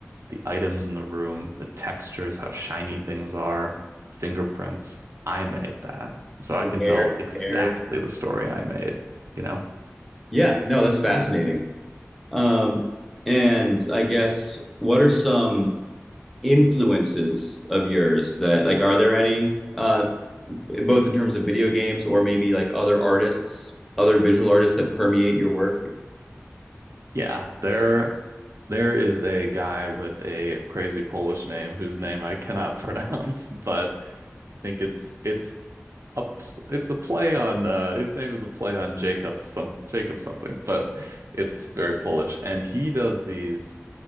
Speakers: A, on the right; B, in the centre.
A: the items in the room, the textures, how shiny things are, fingerprints. I made that. So
B: yeah,
A: I can
B: hair,
A: tell exactly
B: hair.
A: the story I made, you know?
B: Yeah, no, that's fascinating. Um, and I guess what are some influences of yours that like are there any? Uh, both in terms of video games or maybe like other artists, other visual artists that permeate your work.
A: Yeah, there there is a guy with a crazy Polish name whose name I cannot <laughs> pronounce, but I think it's it's a pl- it's a play on uh his name is a play on Jacob some Jacob something, but it's very Polish and he does these